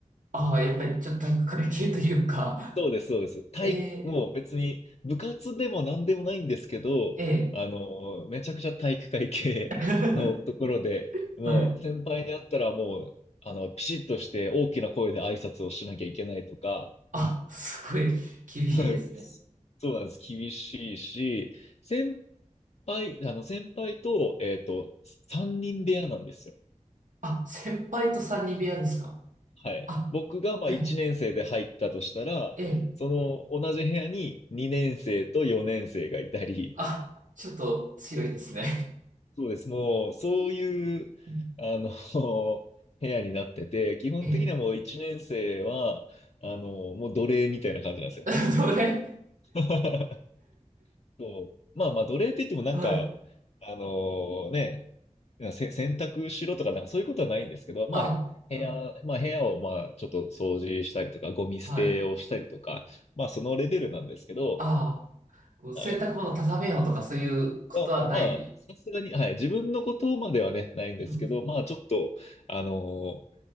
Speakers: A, on the right; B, on the left.
A: ああ、やっぱりちょっと体育会系というか、
B: そうです、そうです。体育、
A: ええ、
B: もう別に部活でも何でもないんですけど、
A: ええ。
B: あの、めちゃくちゃ体育会系のところで、
A: <laughs>
B: もう先輩に会ったらもう、
A: はい。
B: あの、ピシッとして大きな声で挨拶をしなきゃいけないとか、
A: あ、すごい厳しいですね。
B: <laughs> そうなんです。厳しいし、先輩、あの、先輩と、えっと、3人部屋なんですよ。
A: あ、先輩と三人部屋ですか
B: はい。
A: あ、
B: 僕がまあ1年生で入ったとしたら、
A: ええ、ええ、
B: その同じ部屋に2年生と4年生がいたり、
A: あ、ちょっと強いですね。
B: そうです。もう、そういう、
A: <laughs>
B: あの、<laughs> 部屋になってて、基本的にはもう1年生は、
A: ええ、
B: あの、もう奴隷みたいな感じなんですよ。
A: <laughs> どれ
B: <laughs> そう。まあまあ、奴隷って言ってもなんか、
A: はい。
B: あのね、せ、洗濯しろとか、なんかそういうことはないんですけど、まあ、
A: あ、
B: 部屋、
A: うん、
B: まあ部屋をまあちょっと掃除したりとか、ゴミ捨てをしたりとか、
A: はい。
B: まあそのレベルなんですけど、
A: ああ、こう洗濯物畳めようとかそういうことはない。
B: はい。まあまあまあ、さすがに、はい、自分のことまではね、ないんですけど、
A: うん、
B: まあちょっと、あの